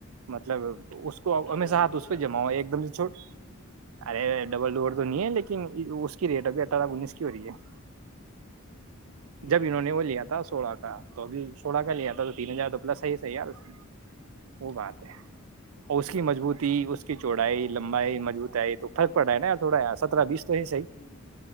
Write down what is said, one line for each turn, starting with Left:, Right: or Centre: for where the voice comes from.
Right: م لگ <inaudible> اس کو
Left: ڈبل
Right: ہمیشہ
Left: ڈور
Right: ہاتھ
Left: ہوگا
Right: اس پہ جما ہوا ایک دم سے چھوٹ ارے ڈبل ڈور تو نہیں ہے لیکن اس ریٹ ابھی اٹھارہ انیس کی ہو رہی ہے
Left: ہوں
Right: جب انہوں نے وہ لیا تھا سوڑا کا تو گی <inaudible> تھوڑایا تھا تو تین
Left: ہوں
Right: ہزار تو پل سائز صحی ار اس <inaudible> وہ بات
Left: ہاں
Right: ہے
Left: وہ تو
Right: اور اس کی مضبوطی اس کی چوڑائی لمبا ہے مجوط ہے
Left: ہوں
Right: تو پرک پڑا ہے نا تھوڑا سرہ بیس تو ہی صحی
Left: ہوں